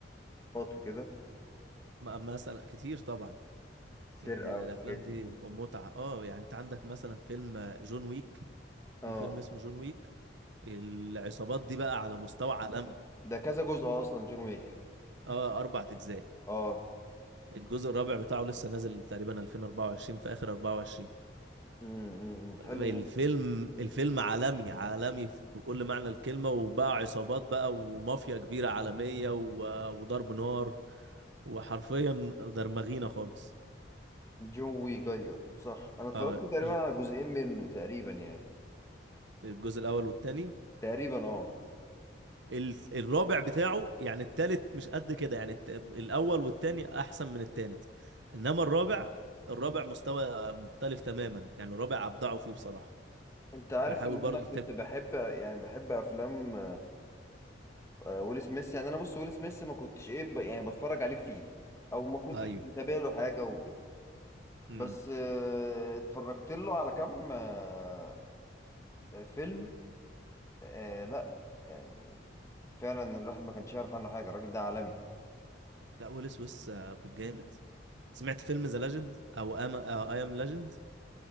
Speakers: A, on the left (about 15°); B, on the right (about 70°).
A: وكده
B: م- مثلا كتير طبعا
A: السرقه
B: يعني
A: والحاجات
B: الأفلام
A: دي
B: دي متعة اه يعني انت عندك مثلا فيلم جون ويك
A: اه
B: في فيلم اسمه جون ويك العصابات دي بقى على مستوى عالمي
A: ده كذا جزء اصلا جون ويك
B: اه أربع أجزاء
A: اه
B: الجزء الرابع بتاعه لسه نازل تقريبا 2024 في آخر 24
A: امم حلو
B: الفيلم
A: ده
B: الفيلم عالمي عالمي بكل معنى الكلمة وبقى عصابات بقى ومافيا كبيرة عالمية و- وضرب نار وحرفيا درمغينا خالص
A: جون ويك ايوه صح انا اتفرجت
B: آه،
A: تقريبا
B: ج-
A: على جزئين منه تقريبا يعني
B: الجزء الأول والتاني
A: تقريبا اه
B: ال- الرابع بتاعه يعني التالت مش قد كده يعني الت- الأول والتاني أحسن من التالت إنما الرابع الرابع مستوى مختلف تماما يعني الرابع أبدعوا فيه بصراحة
A: انت عارف
B: فحاول
A: ان
B: برضو
A: انا كنت
B: تب...
A: بحب يعني بحب افلام آه، ويل سميث يعني انا بص ويل سميث ما كنتش ايه ب... يعني بتفرج عليه كتير او ما كنتش
B: أيوه
A: متابع له حاجه وكده
B: امم
A: بس آه، اتفرجت له على كام آه، فيلم آه، لا يعني فعلا الواحد ما كانش يعرف عنه حاجه الراجل ده عالمي
B: لا ويل سويس آه، جامد سمعت فيلم ذا ليجند او ام اي ام ليجند